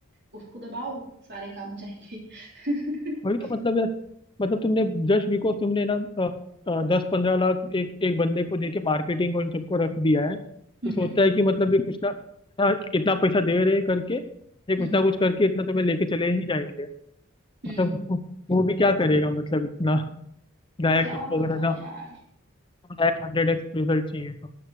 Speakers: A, on the right (about 55°); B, on the left (about 25°).
A: उसको दबाओ सारे काम हो जाएंगे <laughs>
B: वही तो मतलब यार मतलब तुमने जस्ट बिकॉज तुमने ना दस पंद्रह लाख एक एक बंदे को दे के मार्केटिंग और इन सबको रख दिया है तो
A: हम्म
B: सोचता
A: हम्म
B: है कि मतलब ये कुछ ना ना इतना पैसा दे रहे करके ये
A: हम्म
B: कुछ ना कुछ करके इतना तुम्हें लेके चले ही जाएंगे
A: हम्म,
B: मतलब वो वो भी क्या करेगा मतलब इतना गायक
A: क्या
B: तुमको
A: पता
B: अगर है ना
A: यार
B: डायरेक्ट हंड्रेड एक्स रिजल्ट चाहिए तो